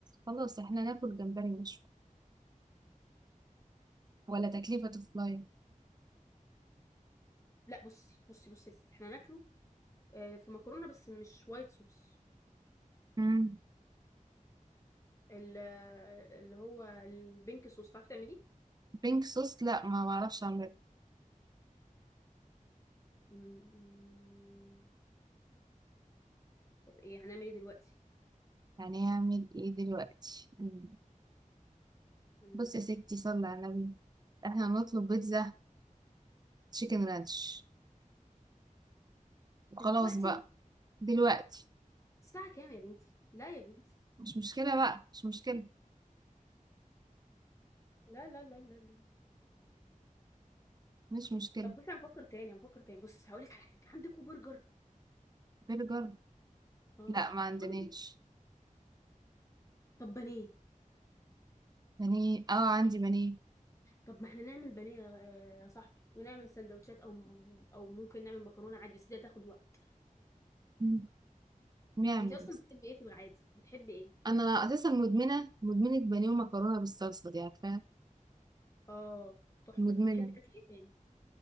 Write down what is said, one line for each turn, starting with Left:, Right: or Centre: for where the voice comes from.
Right: خلاص احنا ناكل جمبري مش ولا تكلفة فلاي
Left: لا بصي بصي بصي يا ستي إحنا ناكله آه، في مكرونه بس مش وايت صوص
Right: مم.
Left: ال- اللي هو البينك صوص تعرفي تعمليه
Right: بينك صوص لا ما بعرفش اعمل
Left: مم. طب ايه هنعمل ايه دلوقتي
Right: يعني هعمل ايه دلوقتي مم.
Left: مم.
Right: بص يا ستي صلي على النبي احنا نطلب بيتزا تشيكن رانش وخلاص
Left: دلوقتي
Right: بقى دلوقتي
Left: الساعه كام يا بنتي لا يا بنتي
Right: مش مشكلة بقى مش مشكلة
Left: لا لا لا لا لا
Right: مش مشكلة
Left: طب بصي هنفكر تاني هنفكر تاني بص هقول لك على حاجه عندكوا برجر
Right: برجر
Left: اه
Right: لا ما عندناش
Left: عندي طب بانيه
Right: بانيه اه عندي بانيه
Left: طب ما احنا نعمل بانيه آه، يا صاحبي ونعمل سندوتشات او او ممكن نعمل مكرونه عادي بس دي هتاخد وقت
Right: مم. نعمل
Left: انت اصلا
Right: بس
Left: بتحبي ايه في العادي بتحبي ايه
Right: انا اساسا مدمنة مدمنة بانيه ومكرونة بالصلصة دي عارفاها
Left: اه تحفه
Right: مدمنة
Left: دي بتحبي تاكلي ايه تاني